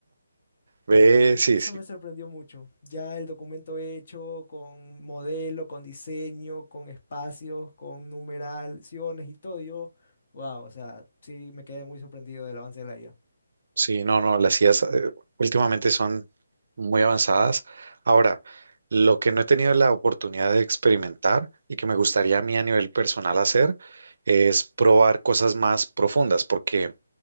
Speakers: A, on the right (about 65°); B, on the left (about 50°).
A: Ve,
B: Y
A: sí,
B: eso
A: sí.
B: me sorprendió mucho. Ya el documento hecho con modelo, con diseño, con espacios, con numeraciones y todo, yo, wow, o sea, sí me quedé muy sorprendido del avance de la IA.
A: Sí, no, no, las IAs eh, últimamente son muy avanzadas. Ahora, lo que no he tenido la oportunidad de experimentar y que me gustaría a mí a nivel personal hacer es probar cosas más profundas, porque